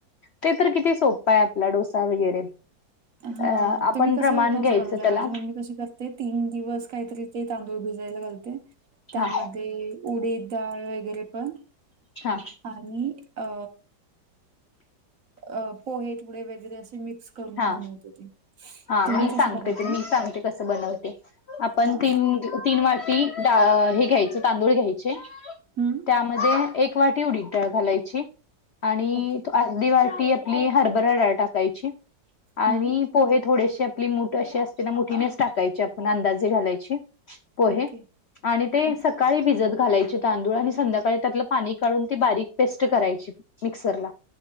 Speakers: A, on the left (about 60°); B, on the right (about 50°).
A: ते तर किती सोपा आहे आपला डोसा वगैरे
B: हा,
A: अ आपण
B: तुम्ही कसं
A: प्रमाण
B: म्हणजे
A: घ्यायचं
B: बघा
A: त्याला
B: माझी मम्मी कशी कर ते तीन दिवस काहीतरी ते तांदूळ भिजायला घालते, त्यामध्ये
A: हा
B: उडीद डाळ वगैरे पण
A: हा
B: आणि अ अ पोहे थोडे वगैरे असे मिक्स करून
A: हा
B: बनवते ते.
A: हा
B: तुम्ही
A: मी
B: कसं
A: सांगते
B: बनवताय?
A: ते मी सांगते, कसं बनवते? आपण
B: हा
A: तीन तीन वाटी डा अ हे घ्यायचं तांदूळ घ्यायचे,
B: हम्म
A: त्यामध्ये एक एक वाटी उडीद डाळ घालायची आणि
B: ओके
A: तो अर्धी वाटी आपली हरभरा डाळ टाकायची. आणि
B: हम्म
A: पोहे थोडेसे आपली मूठ अशी असते ना मुठीनेच टाकायची आपण अंदाजे घालायची. पोहे
B: ओके
A: आणि ते
B: ओके.
A: सकाळी भिजत घालायचे तांदूळ आणि संध्याकाळी त्यातलं पाणी काढून ती बारीक पेस्ट करायची मिक्सरला.